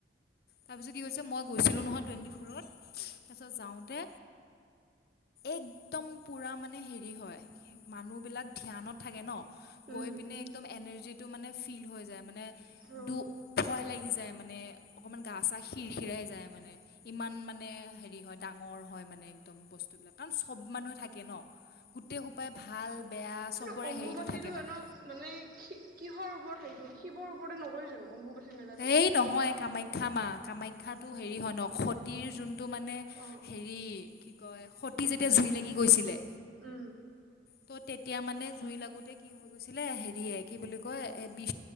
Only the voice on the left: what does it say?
তাৰপিছত কি কৈছে মই গৈছিলো নহয় টুৱেণ্টি ফ'ৰত তাৰপিছত যাওঁতে একদম পুৰা মানে হেৰি হয় মানুহবিলাক ধ্যানত থাকে ন
গৈ পিনে একদম এনাৰ্জিটো মানে ফিল হৈ যায় মানে
দু ভয় লাগি যায় মানে অকণমান গা চা হিৰ হিৰাই যায় মানে। ইমান মানে হেৰি হয় ডাঙৰ হয় মানে একদম বস্তুবিলাক কাৰণ চব মানুহে থাকে ন গোটেই সোপাই ভাল বেয়া চবৰে
হেৰিটো থাকে
মানে
এই নহয় কামাখ্যা কাখ্যাম মা কামাখ্যাটো হেৰি হয় ন সতীৰ যোন- টো মানে
হেৰি কি কয় সতিী যেতিয়া জুই লাগি গৈছিলে
ত' তেতিয়া মানে জুই লাগোতে কি হৈ গৈছিলে হেৰিয়ে কি বুলি কয় এ বি